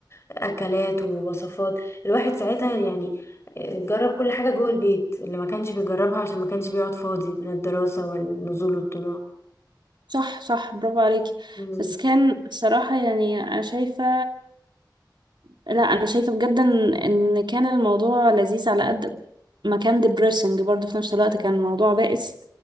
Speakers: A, on the left (about 35°); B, on the right (about 70°).
A: اكلات ووصفات الواحد ساعتها يعني آه، جرب كل حاجة جوه البيت اللي ما كانش بيجربها عشان ما كانش بيقعد فاضي من الدراسة والنزول والطلوع
B: صح صح برافو عليكي
A: مم.
B: بس كان بصراحة يعني أنا شايفة لا انا شايفه بجد ان إن كان الموضوع لذيذ على قد ما كان depressing برضه في نفس الوقت كان الموضوع بائس